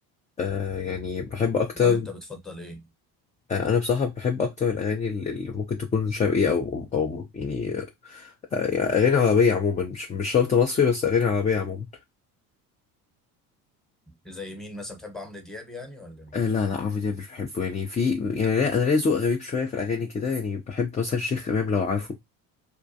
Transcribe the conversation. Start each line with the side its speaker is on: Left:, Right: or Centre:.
Left: آه، يعني بحب اكتر
Centre: ولا أنت بتفضل إيه؟
Left: آه، انا بصراحة بحب اكتر الاغاني اللي اللي ممكن تكون شرقي او او يعني آه، يعني اغاني عربية عموما مش مش شرط مصري بس اغاني عربية عموما
Centre: زي مين مثلا بتحب عمرو دياب يعني ولا مين؟
Left: آه، لا لا عمرو دياب مش بحبه يعني في يعني لا انا ليا ذوق غريب شويه في الاغاني كده يعني بحب مثلا شيخ امام لو عارفه